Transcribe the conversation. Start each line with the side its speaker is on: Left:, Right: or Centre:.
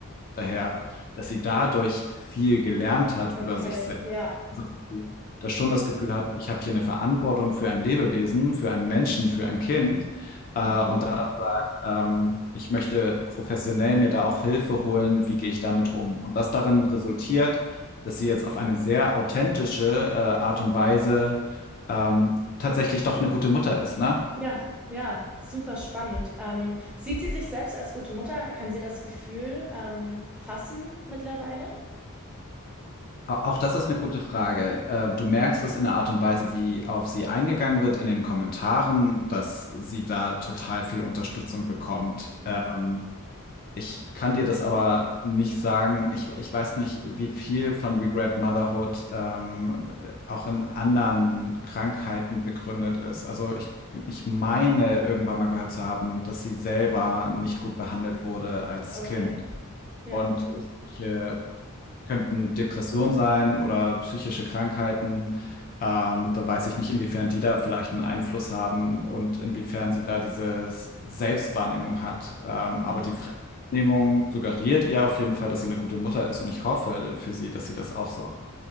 Left: daher, dass sie dadurch viel gelernt hat
Centre: Okay,
Left: über sich selbst.
Centre: ja.
Left: Also, dass sie das schon das Gefühl hat, ich habe hier eine Verantwortung für ein Lebewesen, für einen Menschen, für ein Kind. Äh,
Centre: Mhm.
Left: und da dann sagt, ähm, ich möchte professionell mir da auch Hilfe holen, wie gehe ich damit um? Und das darin resultiert, dass sie jetzt auf eine sehr authentische, äh, Art und Weise, ähm, tatsächlich doch eine gute Mutter ist, ne?
Centre: Ja, ja, super spannend. Ähm, sieht sie sich selbst als gute Mutter? Kann sie das Gefühl ähm, fassen mittlerweile?
Left: Au- Auch das ist eine gute Frage. Äh, Du merkst es in der Art und Weise, wie auf sie eingegangen wird in den Kommentaren, dass sie da total viel Unterstützung bekommt.
Centre: Mhm.
Left: Ähm, ich kann dir das aber nicht sagen. Ich, ich weiß nicht, wie viel von Regret Motherhood ähm, auch in anderen Krankheiten begründet ist. Also ich, ich meine, irgendwann mal gehört zu haben, dass sie selber nicht gut behandelt wurde als
Centre: Okay,
Left: Kind.
Centre: ja.
Left: Und solche könnten Depressionen sein oder psychische Krankheiten. Ähm, da weiß ich nicht, inwiefern die da vielleicht einen Einfluss haben und inwiefern sie da diese S- Selbstwahrnehmung hat. Ähm,
Centre: Mhm.
Left: aber die Fremdwahrnehmung suggeriert ihr auf jeden Fall, dass sie eine gute Mutter ist und ich hoffe für sie, dass sie das auch so.